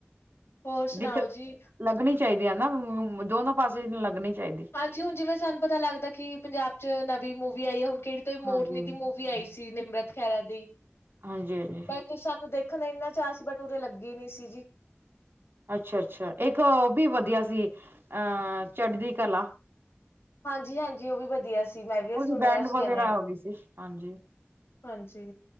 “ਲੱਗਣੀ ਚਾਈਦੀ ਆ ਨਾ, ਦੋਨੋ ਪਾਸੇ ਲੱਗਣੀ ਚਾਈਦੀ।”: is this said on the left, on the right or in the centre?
Right